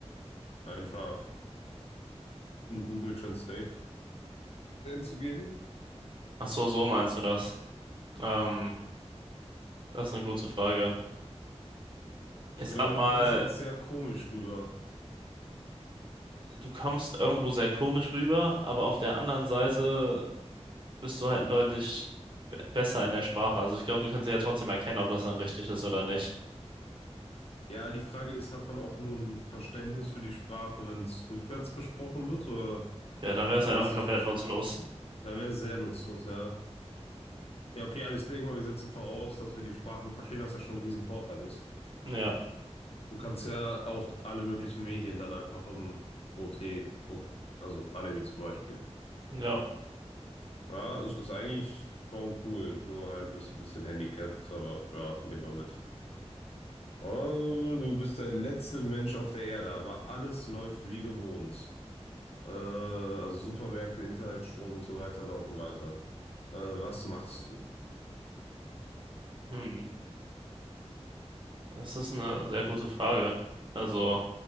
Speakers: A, on the left (about 60°); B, on the right (about 45°).
A: einfach in Google Translate einzugeben.
B: Ach so, so meinst du das? Ähm, das ist eine gute Frage.
A: Ich
B: Ich sag
A: glaube, du
B: mal,
A: kommst halt sehr komisch rüber.
B: du kommst irgendwo sehr komisch rüber, aber auf der anderen Seite bist du halt deutlich be- besser in der Sprache. Also ich glaube, du kannst ja trotzdem erkennen, ob das dann richtig ist oder nicht.
A: Ja, die Frage ist, hat man auch nur ein Verständnis für die Sprache, wenn es rückwärts gesprochen wird, oder
B: Ja, dann wäre es
A: kann
B: ja
A: ich
B: einfach
A: sie
B: komplett
A: verstehen?
B: nutzlos.
A: Dann wäre es sehr nutzlos, ja. Ja, okay, also ich denke mal, wir setzen voraus, dass wir die Sprachen verstehen, was ja schon ein Riesenvorteil ist.
B: Ja,
A: Du kannst ja auch alle möglichen Medien dann einfach im OT gucken, also Anime zum Beispiel.
B: ja.
A: Ja, es ist eigentlich schon cool, nur halt bist du ein bisschen handicapped, aber ja, nehmen wir mit. Oh, du bist der letzte Mensch auf der Erde, aber alles läuft wie gewohnt. Äh, also Supermärkte, Internet, Strom und so weiter laufen weiter. Äh, was machst du?
B: Hm. Das ist eine sehr gute Frage. Also,